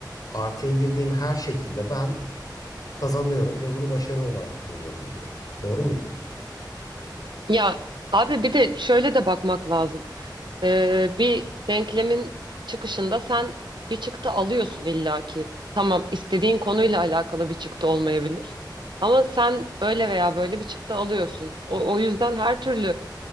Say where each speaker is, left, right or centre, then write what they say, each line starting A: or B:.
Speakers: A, on the left; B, on the right.
A: artıya girdiğim her şekilde ben kazanıyorum ve bunu başarı olarak görüyorum diyor. Doğru muyum?
B: Ya abi bir de şöyle de bakmak lazım. Ee, bir denklemin çıkışında sen bir çıktı alıyorsun illaki. Tamam istediğin konuyla alakalı bir çıktı olmayabilir. Ama sen öyle veya böyle bir çıktı alıyorsun. O, o yüzden her türlü